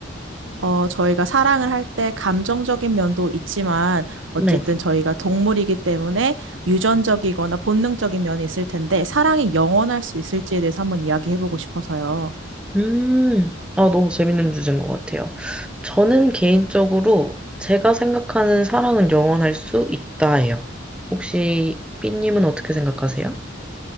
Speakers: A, on the right; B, in the centre.
A: 어, 저희가 사랑을 할 때 감정적인 면도 있지만 어쨌든
B: 네.
A: 저희가 동물이기 때문에 유전적이거나 본능적인 면이 있을 텐데 사랑이 영원할 수 있을지에 대해서 한번 이야기해보고 싶어서요.
B: 음, 아, 너무 재밌는 주제인 것 같아요. 저는 개인적으로 제가 생각하는 사랑은 영원할 수 있다예요. 혹시 삐님은 어떻게 생각하세요?